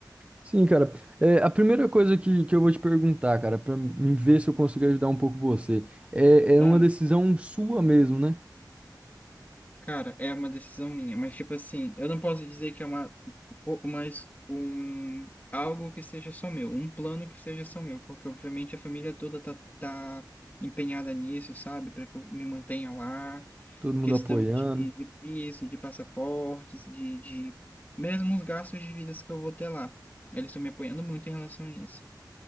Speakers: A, on the right; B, on the left.
A: Sim, cara. É, a primeira coisa que, que eu vou te perguntar, cara, pra mim ver se eu consigo ajudar um pouco você, é, é
B: Ah,
A: uma decisão sua mesmo, né?
B: cara, é uma decisão minha, mas tipo assim, eu não posso dizer que é uma, uma, es- um, algo que seja só meu, um plano que seja só meu, porque obviamente a família toda tá, tá empenhada nisso, sabe, para que eu me mantenha lá,
A: Todo mundo
B: questão
A: apoiando.
B: de, de visto, de passaportes, de, de mesmo os gastos de vidas que eu vou ter lá. Eles estão me apoiando muito em relação a isso.